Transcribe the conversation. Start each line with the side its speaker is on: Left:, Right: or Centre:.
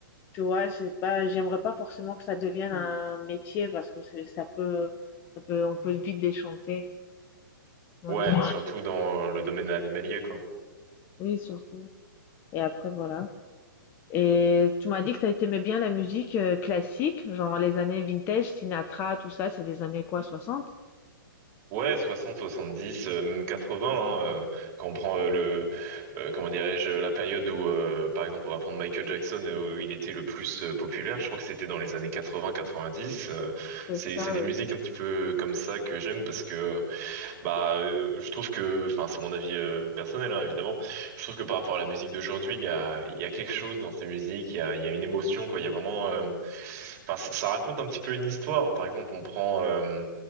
Left: tu vois, c'est pas, j'aimerais pas forcément que ça devienne un métier parce que c'est- ça peut, ça peut, on peut vite déchanter. Moi,
Right: Ouais,
Left: je suis.
Right: surtout dans le domaine animalier, quoi.
Left: Oui, surtout. Et après, voilà. Et tu m'as dit que tu aimais bien la musique euh, classique, genre les années vintage, Sinatra, tout ça, c'est des années quoi, 60?
Right: Ouais, 60, 70, euh, même 80, hein, euh, quand on prend euh, le, euh, comment dirais-je, la période où, euh, par exemple, on va prendre Michael Jackson, euh, où il était le plus euh, populaire, je crois que c'était dans les années 80, 90, euh,
Left: C'est
Right: c'est,
Left: ça,
Right: c'est des
Left: oui.
Right: musiques un petit peu comme ça que j'aime parce que, bah, euh, je trouve que, enfin, c'est mon avis euh, personnel, hein, évidemment, je trouve que par rapport à la musique d'aujourd'hui, il y a, il y a quelque chose dans ces musiques, il y a, il y a une émotion, quoi, il y a vraiment, euh, enfin, ça ça raconte un petit peu une histoire, par exemple, on prend, euh,